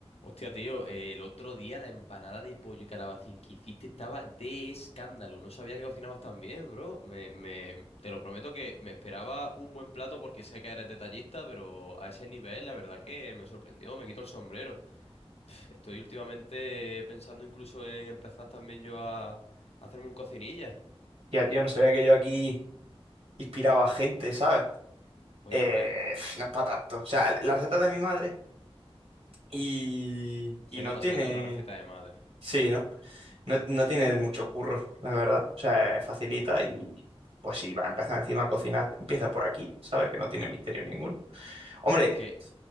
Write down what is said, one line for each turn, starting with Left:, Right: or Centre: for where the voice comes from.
Left: Hostia, tío, eh, el otro día la empanada de pollo y calabacín que hiciste estaba de escándalo. No sabía que cocinabas tan bien, bro. Me, me- te lo prometo que me esperaba un buen plato porque sé que eres detallista, pero a ese nivel la verdad que me sorprendió, me quito el sombrero. Estoy últimamente pensando incluso en empezar también yo a, a hacerme un cocinilla.
Right: Ya, tío, no sabía que yo aquí inspiraba a gente, ¿sabes?
Left: Pues
Right: Eh,
Left: ya ves.
Right: pf, no es para tanto. O sea, la receta de mi madre y,
Left: Se
Right: y no
Left: nota,
Right: tiene...
Left: se nota que es una receta de madre.
Right: Sí, ¿no? ¿no? No tiene mucho curro, la verdad. O sea, es facilita y pues si va a empezar encima a cocinar, empieza por aquí, ¿sabes? Que no tiene misterio ninguno. Hombre,
Left: ¿Qué?